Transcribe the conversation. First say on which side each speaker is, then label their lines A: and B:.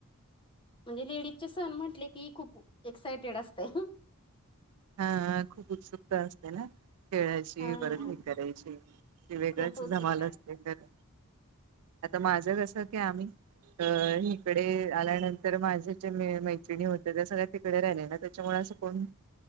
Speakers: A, on the left (about 25°); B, on the right (about 80°).
A: म्हणजे लेडीजचे सण म्हटले की खूप एक्सायटेड असते.
B: हा खूप उत्सुकता असते ना? खेळायची
A: हा
B: वरदी करायची हे वेगळाच
A: खूप उत्सुकता
B: धमाल असते खर. आता माझं कसं की आम्ही अ इकडे आल्यानंतर माझ्या जे मैत्रिणी होत त्या सगळ्या तिकडे राहिल्यान त्याच्यामुळे असं कोण